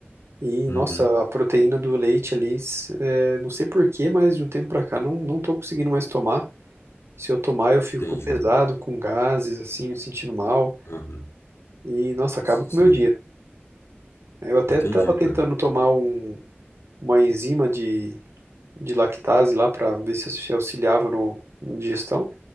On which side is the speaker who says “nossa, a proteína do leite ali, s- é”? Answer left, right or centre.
Right